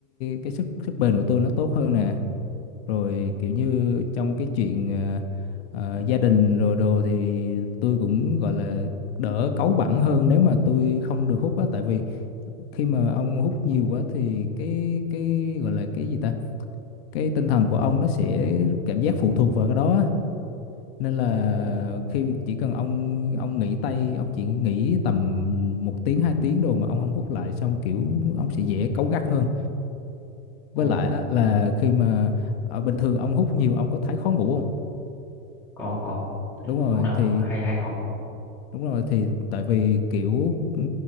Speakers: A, on the left (about 45°); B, in the centre.
A: cái sức sức bền của tôi nó tốt hơn nè rồi kiểu như trong cái chuyện ờ, ờ, gia đình rồi đồ thì tôi cũng gọi là đỡ cáu bẳn hơn nếu mà tôi không được hút á tại vì khi mà ông hút nhiều quá thì cái cái gọi là cái gì ta cái tinh thần của ông nó sẽ cảm giác phụ thuộc vào cái đó á nên là
B: ồ ồ
A: khi chỉ cần ông ông nghỉ tay ông chỉ nghỉ tầm một tiếng hai tiếng rồi mà ông không hút lại xong kiểu ông sẽ dễ cáu gắt hơn
B: ồ
A: với lại á,
B: ồ.
A: là khi mà ở bình thường ông hút nhiều ông có thấy khó ngủ không
B: có có thế
A: đúng rồi
B: lúc nào
A: thì
B: hay hay ho ngủ
A: Đúng rồi thì tại vì kiểu ừ,